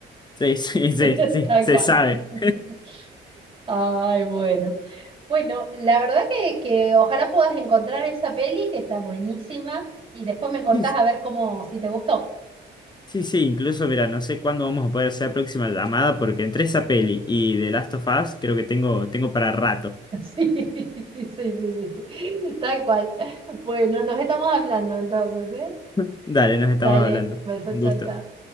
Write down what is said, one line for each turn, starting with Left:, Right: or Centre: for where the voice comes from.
Left: Sí, sí, sí,
Right: <laughs>
Left: sí,
Right: tal
Left: se
Right: cual.
Left: sabe.
Right: <laughs> Ay, bueno. Bueno, la verdad que, que ojalá puedas encontrar esa peli que está buenísima y después me contás
Left: Sí,
Right: a ver cómo, si te gustó.
Left: Sí, sí, incluso, mira, no sé cuándo vamos a poder hacer la próxima llamada porque entre esa peli y The Last of Us creo que tengo, tengo para rato.
Right: <laughs> Sí, sí, sí, sí. Tal cual. Bueno, nos estamos hablando entonces, ¿eh?
Left: <laughs> Dale, nos estamos
Right: Dale,
Left: hablando.
Right: beso,
Left: Un
Right: chao,
Left: gusto.
Right: chao.